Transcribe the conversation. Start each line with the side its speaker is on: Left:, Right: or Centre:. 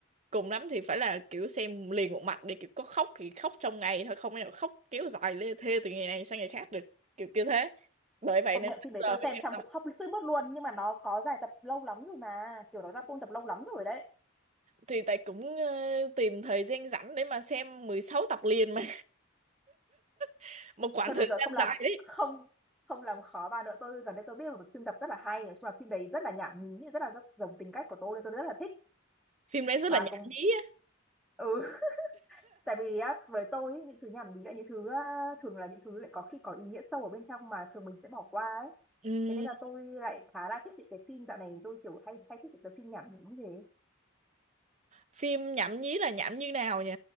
Right: cùng lắm thì phải là kiểu xem liền một mạch để kiểu có khóc thì khóc trong ngày thôi không thể nào khóc kéo dài lê thê từ ngày này sang ngày khác được kiểu kiểu thế bởi vậy
Centre: công
Right: nên
Centre: nhận
Right: bây
Centre: phim đấy
Right: giờ
Centre: tôi
Right: mới
Centre: xem
Right: xem
Centre: xong
Right: xong
Centre: cũng khóc sướt mướt luôn nhưng mà nó có dài tập lâu lắm rồi mà kiểu nó ra full tập lâu lắm rồi đấy
Right: thì tại cũng ờ, tìm thời gian rảnh để mà xem 16 tập liền mà <laughs> một khoảng
Centre: thôi
Right: thời
Centre: được rồi
Right: gian
Centre: không làm
Right: dài đấy
Centre: không không làm khó bà nữa tôi gần đây tôi biết là một phim tập rất là hay nói chung là phim đấy rất là nhảm nhí rất là rất giống tính cách của tôi nên tôi rất là thích
Right: phim đấy rất
Centre: bà
Right: là nhảm
Centre: cũng
Right: nhí á
Centre: ừ tại vì á, với tôi ý, những thứ nhảm nhí là những thứ á, thường là những thứ lại có khi có ý nghĩa sâu ở bên trong mà thường mình sẽ bỏ qua ấy
Right: Ừm,
Centre: thế nên là tôi lại khá là thích những cái phim dạo này tôi kiểu hay hay thích những cái phim nhảm nhí như thế
Right: phim nhảm nhí là nhảm như nào nhỉ